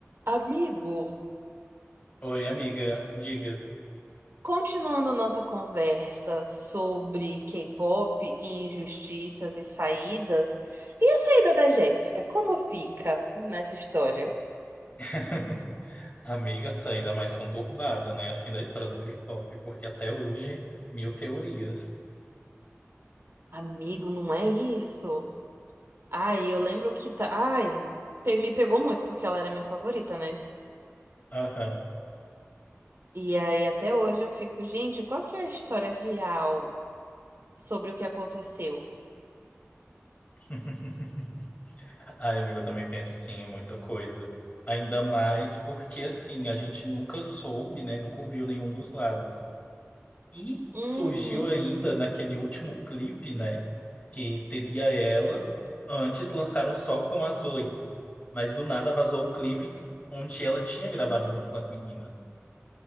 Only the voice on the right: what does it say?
Amigo,
continuando nossa conversa sobre K-pop e injustiças e saídas, e a saída da Jéssica, como fica nessa história?
Amigo, não é isso. Ai, eu lembro que tá. Ai, pe- me pegou muito porque ela era minha favorita, né?
E aí até hoje eu fico, gente, qual que é a história real sobre o que aconteceu?
Uhum.